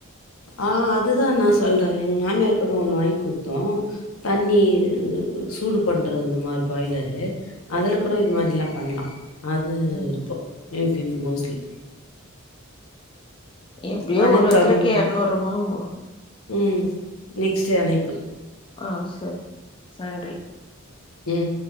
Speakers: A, on the left (about 75°); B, on the left (about 25°).
A: ஆ அதுதா நா சொல்றே எங்க மாமியார் கூட ஒண்ணு வாங்கி கு தோ தண்ணி சூடு பண்ணுறது இந்த மாரி பாய்லரு அதுல கூட இது மாரிலா பண்ணலா அது
B: ம்
A: இருக்கு ஏங்டீம்ல மோஸ்ட்லி
B: எப்டியோ
A: வணக்கம்.
B: ஒரு ஒருத்தருக்கு எரநூறு ரூபா மோ
A: ம் நெக்ஸ்ட் அணைப்பு
B: அ செர் நன்றி
A: ம்